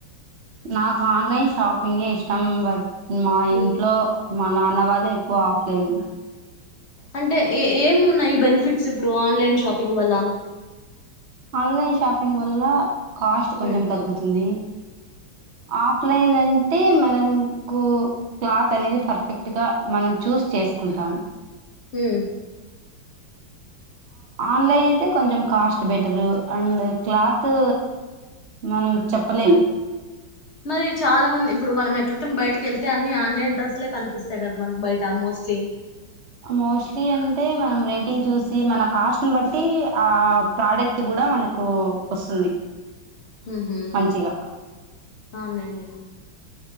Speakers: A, on the right (about 55°); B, on the left (about 40°).
A: నాకు ఆన్లైన్ షాపింగ్య్ ఇష్టం బట్ మా
B: మ్మ్
A: ఇంట్లో మా నాన్న వాళ్ళు ఎక్కువ ఆఫ్లైన్
B: అంటే ఏ ఏం ఉన్నాయి బెనిఫిట్స్ ఇప్పుడు ఆన్లైన్ షాపింగ్ వల్ల
A: ఆన్లైన్ షాపింగ్ వల్ల కాస్ట్ కొంచెం
B: హ్మ్
A: తగ్గుతుంది ఆఫ్లైన్ అంటే మనంకు క్లాత్ అనేది పర్ఫెక్ట్ గా మనం చూస్ చేసుకుంటాం
B: హమ్
A: ఆన్లైన్ అయితే కొంచెం కాస్ట్ బెటరు అండ్ క్లాత్ మనం చెప్పలేము
B: మరి చాలా మంది ఇప్పుడు మనం ఎక్కడికనా బయటికి వెళ్తే అన్ని ఆన్లైన్ంట్రెస్లే కనిపిస్తాయి కదా మనకి బయట ఆమోస్ట్ సే
A: మోస్ట్లీ అంటే మనం రేటింగ్ చూసి మన కాస్ట్ని బట్టి ఆ ప్రోడక్ట్ కూడా కూడా మనకు వస్తుంది
B: అహో
A: మంచిగా
B: అవునులేండి